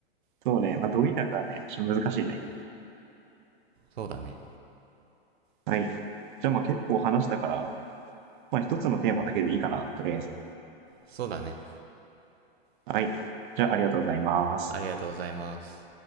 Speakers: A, on the right; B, on the right.
A: そうね。まあ、どう田舎はね、ちょっと難しいね。
B: そうだね。
A: はい。じゃあまあ結構話したから、まあ一つのテーマだけでいいかな、とりあえず。
B: そうだね。
A: はい。じゃあありがとうございます。
B: ありがとうございます。